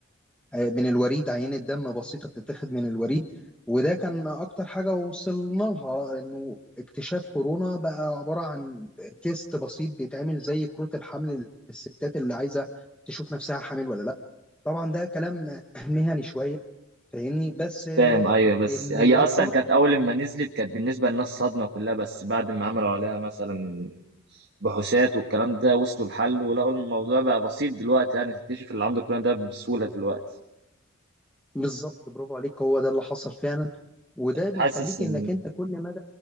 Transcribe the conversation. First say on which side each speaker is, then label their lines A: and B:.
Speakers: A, in the centre; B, on the right.
A: آه، من الوريد عينة دم بسيطة بتتاخد من الوريد وده كان أكتر حاجة وصلنا لها إنه اكتشاف كورونا بقى عبارة عن تيست بسيط بيتعمل زي كروت الحمل للستات اللي عايزة تشوف نفسها حامل ولا لأ طبعا ده كلام <laughs> مهني شوية فاهمني بس آه،
B: فاهم ايوه بس
A: اللي
B: هي
A: يوصلك
B: اصلا كانت اول ما نزلت كانت بالنسبه للناس صدمه كلها بس بعد ما عملوا عليها مثلا بحوثات والكلام ده وصلوا لحل ولقوا الموضوع بقى بسيط دلوقتي يعني تكتشف اللي عنده كل ده بسهوله دلوقتي
A: بالظبط برافو عليك هو ده اللي حصل فعلا وده بيخليك
B: حاسس ان
A: إنك أنت كل ما